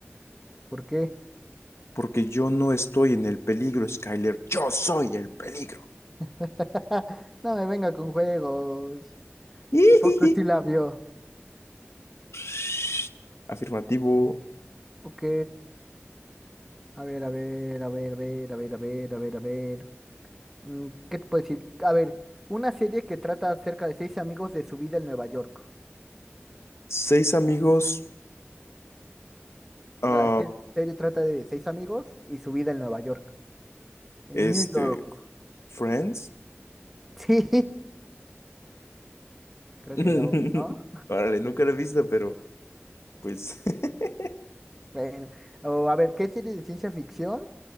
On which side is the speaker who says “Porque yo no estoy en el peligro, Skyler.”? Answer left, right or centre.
Left